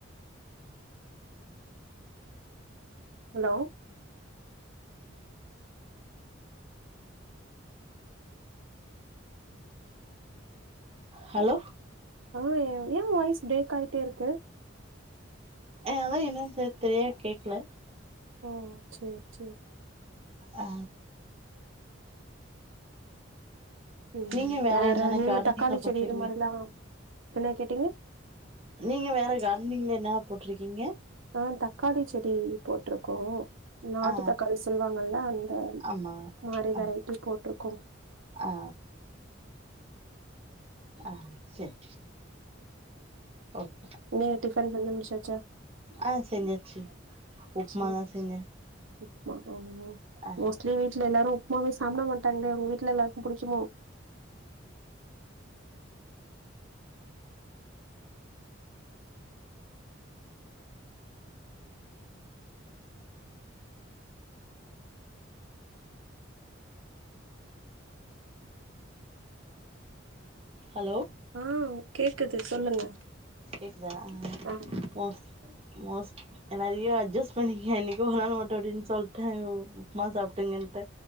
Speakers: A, on the right; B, on the right.
A: ஹலோ
B: ஹலோ
A: ஆ ஏவ் ஏ வாயிஸ் பிரேக் ஆயிட்டே இருக்கு
B: அ அதா என்னன் <unintelligible> கேக்ல
A: ஓ சேரி சேரி
B: ஆ
A: ம்
B: நீங்க
A: வேற
B: என்னென்ன
A: நீங்க
B: கார்டனிங்ல
A: தக்காளி
B: போட்ருக்கீங்க
A: செடி இது மாரில்லா இப்பேன்னா கேட்டீங்க
B: நீங்க வேற கார்டனிங்ல என்னென்ன போட்ருக்கீங்க
A: ஆ தக்காளி செடி போட்டிருக்கோ நாட்டு
B: ஆ
A: தக்காளி சொல்லுவாங்கல்ல அந்த
B: ஆமா
A: மாரி
B: ஆ
A: வெரைட்டி போட் ருக்கோ
B: ஆ ஆ சரி ஓக்
A: நீ டிஃபன் செஞ்சு முடிச்சா ச்சா
B: ஆ செஞ்சாச்சு உப்மாதா
A: சேரிங்க
B: செஞ்சே
A: உப்மா ம்
B: ஆ
A: மோஸ்ட்லி வீட்ல எல்லாரு உப்புமாவே சாப்ட மாட்டாங்களே உங்க வீட்ல எல்லாருக்கு புடிக்குமோ
B: ஹலோ
A: ஆ கேக்குது சொல்லுங்க
B: கேக்குதா
A: ஆ
B: மோஸ்ட் மோஸ்ட் நறைய அட்ஜஸ்ட் பண்ணிக்கங்க என்னைக்கோ ஒரு நாள் மட்டும் அப்டின்னு சொல்ட்டே உப்புமா சாப்ட்டங்கன்ட்டு